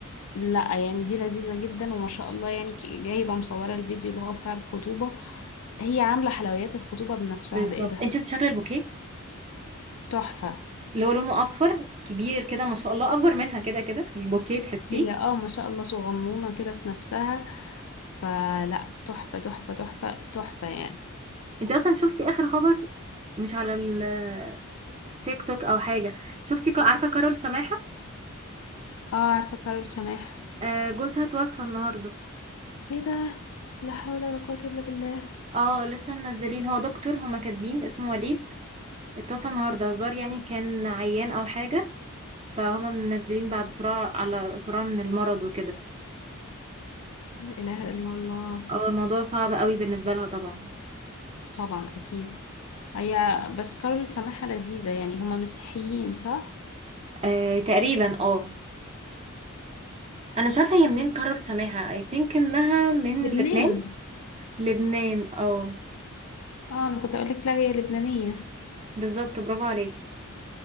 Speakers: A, on the left; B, on the right.
A: لا يعني دي لذيذة جدا وما شاء الله يعني ك- جايبة مصورة الفيديو اللي هو بتاع الخطوبة هي عاملة حلويات الخطوبة بنفسها
B: بالظبط
A: بإيدها
B: انت شفت شكل البوكيه
A: تحفة
B: اللي هو لونه اصفر كبير كده ما شاء الله اكبر منها كده كده البوكيه تحسيه
A: هي اه ما شاء الله صغنونة كده في نفسها فلا تحفة تحفة تحفة تحفة يعني
B: انت اصلا شفتي اخر خبر مش على التيك توك او حاجه شفتي ك- عارفه كارول سماحه
A: اه عارفة كارول سماح
B: آه جوزها توفى النهارده
A: ايه ده لا حول ولا قوة إلا بالله
B: اه لسه منزلين هو دكتور هما كاتبين اسمه وليد اتوفى النهارده هزار يعني كان عيان او حاجه فهما منزلين بعد صراع على صراع من المرض وكده
A: لا إله إلا الله
B: اه الموضوع صعب قوي بالنسبه لها طبعا
A: طبعا أكيد هي بس كارول سماحة لذيذة يعني هما مسيحيين صح؟
B: آه تقريبا اه انا مش عارفه هي منين كارول سماحه اي ثينك انها من
A: لبنان
B: لبنان لبنان اه
A: اه أنا كنت أقولك لا هي لبنانية
B: بالظبط برافو عليكي